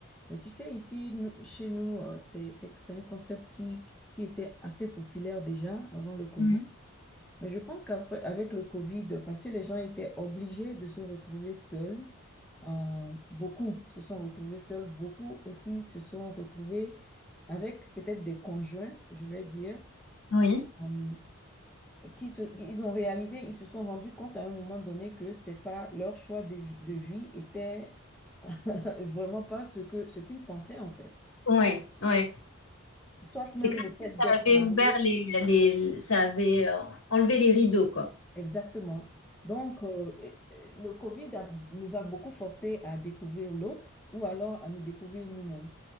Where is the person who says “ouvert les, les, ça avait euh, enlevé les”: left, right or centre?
Left